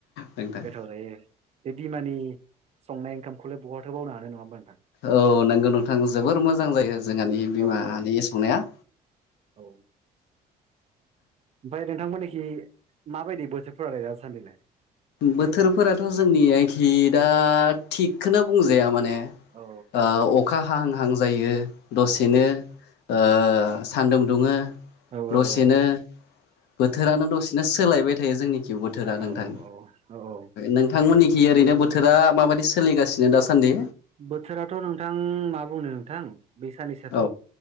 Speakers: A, on the left (about 80°); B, on the right (about 40°).
A: नोंथां।
B: गोथाव जायो बे बिमानि संनाय ओंखामखौलाय बहाथो बावनो हानो नङा होमबा। नोंथां
A: औ नंगौ नोंथां
B: औ
A: जोबोर मोजां
B: औ
A: जायो
B: औ
A: जोंहानि बिमानि
B: औ औ
A: संनाया
B: औ। ओमफाय नोंथांमोनखि माबायदि बोथोरफ्रालाय दासान्दिलाय?
A: बोथोरफोराथ जोंनि आयखि दा थिगखोनो बुंजाया माने
B: औ
A: ओ अखा हाहां हां जायो दसेनो
B: औ औ
A: ओ सान्दुं दुङो
B: औ
A: दसेनो
B: औ
A: बोथोरानो दसेनो सोलायबाय थायो जोंनि। बोथोरा नोंथां
B: औ औ औ
A: नोंथांमोननिखि ओरैनो बोथोरा माबायदि सोलिगासिनो दासान्दि?
B: बोथोराथ' नोंथां मा बुंनो नोंथां। बे सानैसोआथ'
A: औ